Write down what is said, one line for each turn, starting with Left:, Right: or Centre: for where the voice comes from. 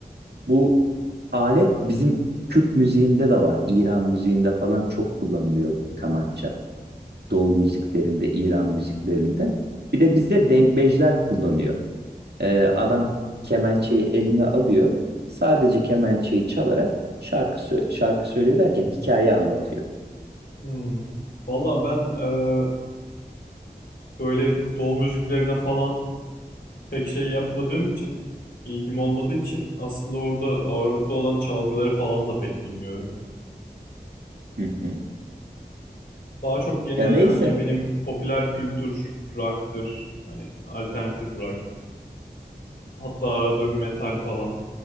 Right: Bu alet bizim Kürt müziğinde de var. İran müziğinde falan çok kullanılıyor bu kamança. Doğu müziklerinde, İran müziklerinde. Bir de bizde denkbejler kullanıyor. Ee, adam kemençeyi eline alıyor. Sadece kemençeyi çalarak şarkı sö- şarkı söylüyor derken hikaye anlatıyor.
Left: Hmm. Valla ben eee, böyle doğu müziklerine falan pek şey yapmadığım için, ilgim olmadığı için aslında orada ağırlıklı olan çalgıları falan da pek bilmiyorum.
Right: Hı hı.
Left: Daha çok genel
Right: Ya neyse
Left: hani benim popüler kültür rock'tır. Hani alternatif rock Hatta arada bir metal falan.